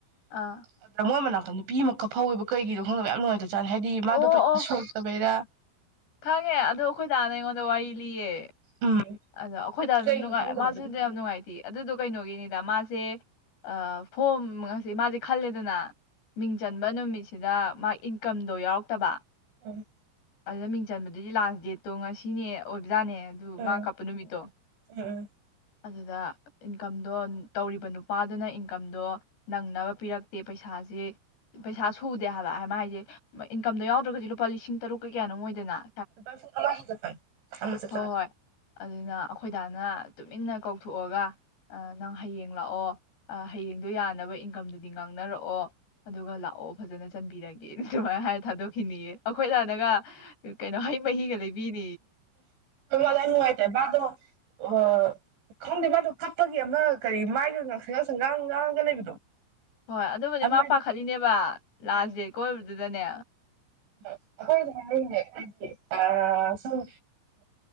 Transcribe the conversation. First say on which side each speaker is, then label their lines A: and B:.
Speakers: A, on the left; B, on the right.
A: ꯑꯥ
B: ꯑꯗ ꯃꯣꯏ ꯃꯅꯥꯛ ꯑꯗ ꯅꯨꯄꯤ ꯑꯃꯥ ꯀꯞꯐꯧꯑꯦꯕ ꯀꯔꯤꯒꯤꯅꯣ ꯈꯪꯗꯕ ꯌꯥꯝ ꯅꯨꯉꯥꯏꯇꯥꯕ ꯍꯥꯏꯗꯤ ꯃꯥꯗꯣ
A: ꯑꯣ
B: ꯄꯩꯁꯥ
A: ꯑꯣ
B: ꯁꯨꯗꯕꯩꯔꯥ
A: ꯈꯪꯉꯦ ꯑꯗꯣ ꯑꯈꯣꯏ ꯗꯅ ꯑꯩꯉꯣꯟꯗ ꯋꯥꯔꯤ ꯂꯤꯌꯦ
B: ꯎꯝ
A: ꯑꯗꯣ ꯑꯈꯣꯏ ꯗꯅꯥ
B: ꯀꯩꯒꯤꯅꯣ
A: ꯅꯨꯉꯥꯏ
B: ꯈꯪꯗꯕ
A: ꯃꯁꯨꯅꯦ
B: ꯑꯗꯨꯗꯣ
A: ꯌꯥꯝ ꯅꯨꯉꯥꯏꯇꯦꯌꯦ ꯑꯗꯨꯗꯣ ꯀꯩꯅꯣꯒꯤꯅꯤꯗ ꯃꯥꯁꯦ ꯑꯥ ꯐꯣꯝ ꯉꯁꯦ ꯃꯥꯁꯦ ꯈꯜꯂꯦꯗꯅ ꯃꯤꯡ ꯆꯟꯕ ꯅꯨꯃꯤꯠꯁꯤ ꯁꯤꯗ ꯃꯥ ꯏꯟꯀꯝꯗꯣ ꯌꯥꯎꯔꯛꯇꯕ
B: ꯎꯝ
A: ꯑꯗꯨꯅ ꯃꯤꯡ ꯆꯟꯕꯗꯨꯗꯤ ꯂꯥꯁ ꯗꯦꯠꯇꯣ ꯉꯁꯤꯅꯦ ꯑꯣꯏ ꯖꯥꯅꯦ ꯑꯗꯨ
B: ꯎꯝ
A: ꯃꯥ ꯀꯥꯞꯄ ꯅꯨꯃꯤꯠꯇꯣ
B: ꯎꯝ ꯎꯝ
A: ꯑꯗꯨꯗ ꯏꯟꯀꯝꯗꯣ ꯇꯧꯔꯤꯕ ꯅꯨꯄꯥꯗꯨꯅ ꯏꯟꯀꯝꯗꯣ ꯅꯪꯅꯕ ꯄꯤꯔꯛꯇꯦ ꯄꯩꯁꯥꯁꯤ ꯄꯩꯁꯥ ꯁꯨꯗꯦ ꯍꯥꯏꯕ ꯍꯥꯏ ꯃꯥ ꯍꯥꯏꯁꯦ ꯏꯟꯀꯝꯗꯣ ꯌꯥꯎꯗ꯭ꯔꯒꯗꯤ ꯂꯨꯄꯥ ꯂꯤꯁꯤꯡ ꯇꯔꯨꯛ ꯀꯥ ꯀꯌꯥꯅꯣꯃ ꯑꯣꯏꯗꯅ
B: ꯂꯨꯄꯥ ꯂꯤꯁꯤꯡ ꯑꯃꯥ ꯍꯦꯟꯒꯠꯄꯅꯦ ꯑꯃꯥ ꯆꯞ
A: ꯍꯣꯏ
B: ꯆꯥꯅꯥ
A: ꯍꯣꯏ ꯑꯗꯨꯅ ꯑꯈꯣꯏꯗꯥꯅ ꯇꯨꯃꯤꯟꯅ ꯀꯧꯊꯣꯛꯑꯒ ꯅꯪ ꯍꯌꯦꯡ ꯂꯥꯛꯑꯣ ꯍꯌꯦꯡꯗꯣ ꯌꯥꯅꯕ ꯏꯟꯀꯝꯗꯨꯗꯤ ꯉꯥꯡꯅꯔꯛꯑꯣ ꯑꯗꯨꯒ ꯂꯥꯛꯑꯣ ꯐꯖꯅ ꯆꯟꯕꯤꯔꯒꯦꯅ ꯑꯗꯨꯃꯥꯏꯅ ꯍꯥꯏꯔ ꯊꯥꯗꯣꯛꯈꯤꯅꯦꯌꯦ ꯑꯈꯣꯏꯗꯥꯅꯒ ꯀꯩꯅꯣ ꯍꯩ ꯃꯍꯤꯒ ꯂꯩꯕꯤ
B: ꯌꯥꯝ ꯅꯨꯉꯥꯏꯇꯦ ꯃꯥꯗꯣ ꯍꯣꯍ ꯍꯣꯏ ꯈꯪꯗꯦ ꯃꯥꯗꯣ ꯀꯞꯄꯒꯤ ꯑꯃ ꯀꯔꯤ ꯃꯥꯏꯒ ꯉꯥꯡꯁꯪ ꯉꯥꯡꯁꯪ ꯉꯥꯡꯉꯒ ꯂꯩꯕꯗꯣ
A: ꯍꯣꯏ ꯑꯗꯨꯕꯨꯗꯤ
B: ꯑꯗꯨꯃꯥꯏꯅ
A: ꯃꯥ ꯄꯥꯈꯠꯂꯤꯅꯦꯕ ꯂꯥꯁ
B: ꯎꯝ ꯎꯝ
A: ꯗꯦꯠꯀ ꯑꯣꯏꯕꯗꯨ ꯗꯅꯦ
B: ꯑꯩꯈꯣꯏ ꯍꯥꯏꯅꯩꯅꯦ ꯍꯥꯏꯁꯦ ꯑꯥ ꯁꯨꯝ